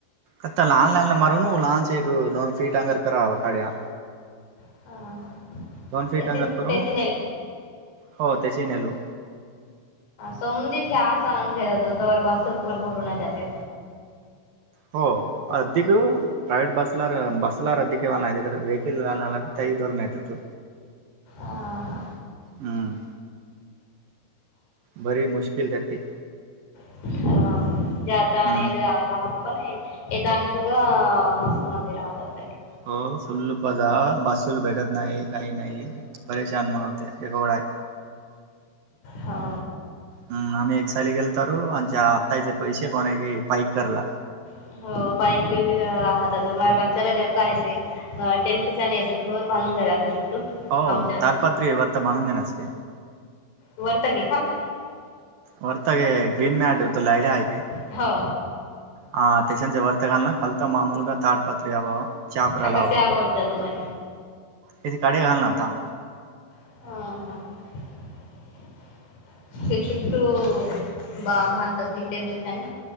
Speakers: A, on the right (about 60°); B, on the left (about 85°).
A: आता लहान लहानला मारूनू लहानच एक दोन फीट अंगर करावा काड्या
B: <unintelligible>
A: दोन फीट अंगर करून
B: ह
A: हो त्याची नेलू
B: संधीत हे अस आन घ्या जात त त्यावर बस भरूनही जाते.
A: हो अधदीक प्रैवेट बसला बसला रद्धिक नाकडे वेकल त्याही धोरण येत तू
B: हा.
A: हम्म बरी मुश्किल त्या ते
B: अ जाता
A: हम्म
B: आणि राहतो पण आहे. यथानसग मस्त मंदिर रहत.
A: हो फुल्लपदा बसूल भेटत नाही काही नाही. परेशान मणवते एवढा आहे.
B: हा
A: हम्म आम्ही एक साली गेल तरु आमच्या आत्ताचे पैसे कोणा क पाईक करला.
B: <unintelligible> <unintelligible>
A: हो
B: आमच्या
A: तालपात्री वरत म्हनून देनास की.
B: वरता की खालता
A: वरतग ग्रीन मॅट इतल यडिया हाककी
B: हो
A: ह त्याक्षणच्या वर्त घल ना कलता मामूल का ताटपत्री हवा. चापराला
B: ठकासे
A: हवा.
B: आवडतात मारे
A: तिची काडी घालण आता.
B: <unintelligible> बा भांधतात ती टच्याच्याने